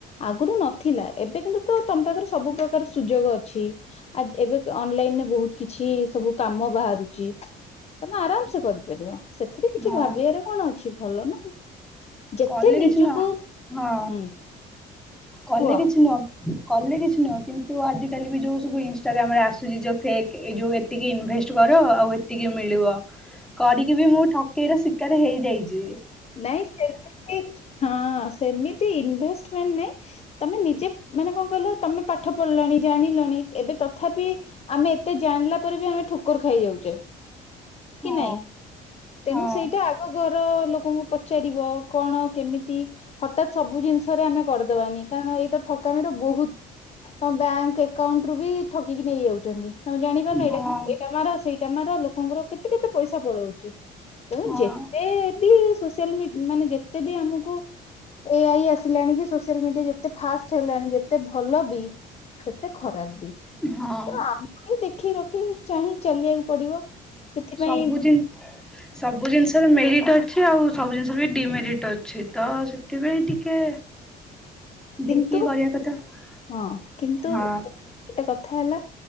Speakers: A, on the left (about 40°); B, in the centre.
A: ଆଗୁରୁ ନଥିଲା ଏବେ କିନ୍ତୁ ତ ତମ ପାଖରେ ସବୁ ପ୍ରକାର ସୁଯୋଗ ଅଛି। ଆଜ୍ ଏବେ ଅନଲାଇନ୍ ରେ ବୋହୁତ କିଛ ଛି ସବୁ କାମ ବାହାରୁଚି ତମେ ଆରାମ ସେ କରିପାରିବ ସେଥିରେ କିଛି
B: ହଁ
A: ଭାବିବାର କଣ ଅଛି ଭଲ ନା। ଯେତେ
B: କଲେ
A: ନିଜକୁ
B: କିଛି ନୁହ ହଁ
A: ହୁଁ
B: କଲେ
A: କୁହ
B: କିଛି ନୁହଁ କଲେ କିଛି ନୁହଁ କିନ୍ତୁ ଆଜିିକାଲି ବି ଯୋଉ ସବୁ ଇନଷ୍ଟଟାଗ୍ରାମ ରେ ଆସୁଚି ଯୋଉ ଫେକ୍ ଏଇ ଯୋଉ ଏ ତିକି ଇନଭେଷ୍ଟ କର ଆଉ ଏତିକି ମିଳିବ। କରିକି ବି ମୁଁ ଠକେଇ ର ଶିକାର ହେଇଯାଇଚି।
A: ନାଇଁ ସେମତି ହଁ ସେମିତି ଇନଭେଷ୍ଟମେଣ୍ଟ ନାଇଁ ତମେ ନିଜେ ମାନେ କଣ କହିଲ ତମେ ପାଠ ପଢିଲଣି ଜାଣିଲଣି ଏବେ ତଥାପି ଆମେ ଏତେ ଜାଣିଲା ପରେ ବି ଆମେ ଠୋକର ଖାଇଯାଉଚେ।
B: ହଁ
A: କି ନାଇଁ ତେଣୁ
B: ହଁ
A: ସେଇଟା ଆଗ ଘର ଲୋକଙ୍କୁ ପଚାରିବ କଣ କେମିତି ହଠାତ୍ ସବୁ ଜିନିଷରେ ଆମେ କରଦବାନି କାରଣ ଏଇତ ଠକାମିର ବୋହୁତ ତମ ବ୍ୟାଙ୍କ ଏକାଉଣ୍ଟ ରୁ ବି ଠକିକି ନେଇ ଯାଉଛନ୍ତି। ତମେ ଜାଣିପାରନ
B: ହଁ
A: ଏଇଟା ଏଇଟା ମାର ସେଇଟାମ ର ଲୋକଙ୍କର କେତ ତେ କେତେ ପଇସା ପଳଉଛି ତେଣୁ
B: ହଁ
A: ଯେତେ ବି ସୋସିଆଲ ମିଡ୍ ମାନେ ଯେତେବି ଆମକୁ ଏଆଇ ଆସିଲାଣି କି ସୋସିଆଲ ମିଡିଆ ଯେତେ ଫାଷ୍ଟ୍ ହେଲାଣି ଯେତେ ଭଲ ବି ସେତେ ଖରାପ ବି।
B: ହଁ
A: ଆସୁଛୁ ଟିକେ ଦେଖି ରଖି ଚାହିଁ ଚଲେଇବାକୁ ପଡିବ। ସେଥିପାଇଁ
B: ସବୁ ଜିନ୍ ସବୁ ଜିନିଷରେ ମେରିଟ୍ ଅଛି ଆଉ ସବୁ ଜିନିଷରେ ବି ଡିମେରିଟ୍ ଅଛି। ତ ଥିପାଇଁ ଟିକେ
A: କିନ୍ତୁ
B: ଦେଖିକି କରିବା କଥା
A: ହଁ କିନ୍ତୁ
B: ହଁ
A: ଗୋଟେ କଥା ହେଲା